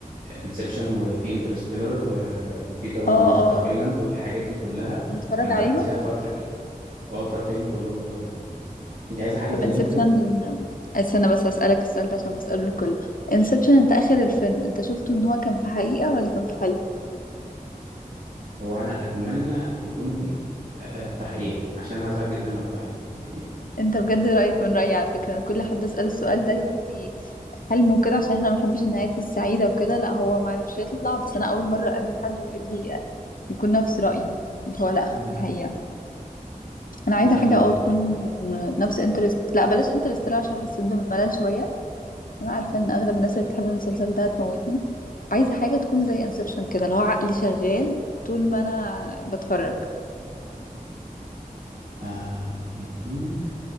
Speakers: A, on the right; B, on the left.
A: انسبشن وفي انترستيلر و... وفي طبعا
B: اه
A: شاتر
B: اه
A: ايلاند والحاجات دي كلها
B: متفرج
A: انا
B: عليهم
A: قعدت فيها فتره ك... اه اتفرجت عليهم كلهم طبعا اه انت عايزه حاجه
B: طب
A: زيهم
B: انسبشن
A: كده
B: استنى بس أسألك السؤال ده عشان بسأله الكل انسبشن أنت آخر الفيلم أنت شفته إن هو كان في حقيقة ولا كان في حلم
A: هو انا اتمنى يكون آه، فحقيقة عشان هزعل جدا لو فحل يعني
B: أنت بجد رأيك من رأيي على فكرة أنا كل حد أسأله السؤال ده يقول لي حلم وكده عشان احنا ما بنحبش النهايات السعيدة وكده لا هو معرفش يطلع بس أنا أول مرة أقابل حد يقول لي يكون نفس رأيي اللي هو لا في
A: مم.
B: حقيقة انا عايزه
A: لا
B: حاجه
A: في ال...
B: اه تكون نفس انترست لا بلاش انترستيلر عشان حسيت بملل شويه انا عارفه ان اغلب الناس اللي بتحب المسلسل ده هتموتني عايزه حاجه تكون زي انسبشن كده اللي هو عقلي شغال طول ما انا بتفرج
A: آه كان في